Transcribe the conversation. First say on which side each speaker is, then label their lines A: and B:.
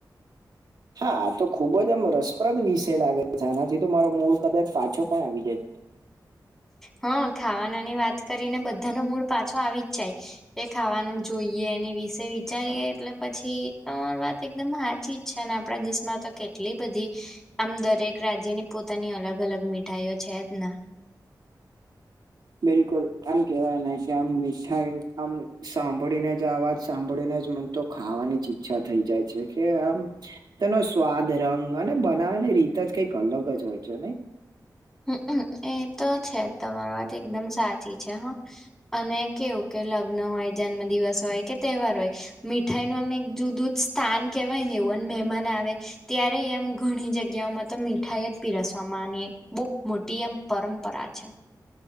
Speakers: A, on the right; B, in the centre.
A: હા, તો ખુબ જ આમ રસપ્રદ વિષય લાગે છે આનાથી તો મારો મૂળ કદાચ પાછો પણ આવી જાય.
B: હા, ખાવાનાની વાત કરીને બધાનો મૂળ પાછો આવી જ જાય. એ ખાવાનું જોઈએ એની વિશે વિચારીએ એટલે પછી તમાર વાત એકદમ હાચી જ છે ને આપડા દેશમાં તો કેટ એટલી બધી આમ દરેક રાજ્યની પોતાની અલગ અલગ મીઠાઈઓ છે જ ના.
A: બિલકુલ આમ કેવા ના કે આમ મીઠાઈ આમ સાંભળીને જ અવાજ સાંભળીને જ મ તો ખાવાની જ ઈચ્છા થઈ જાય છે કે આમ તેનો સ્વાદ રંગ અને બનાવાની રીત જ કઈક અલગ જ હોય છે નઈ?
B: હમ્મ અમ્મ એ તો છે જ તમારી વાત એકદમ સાચી છે હા. અને કેવું કે લગ્ન હોય જન્મ દિવસ હોય કે તહેવાર હોય મીઠાઈ નું અમે એક જુદુ જ સ્થાન કે કાઈ ને એવું અને મહેમાન આવે ત્યારે એમ ઘણી જગ્યાઓમાં તો મીઠાઈ જ પીરસવામાંની બહુ મોટી એમ પરંપરા છે.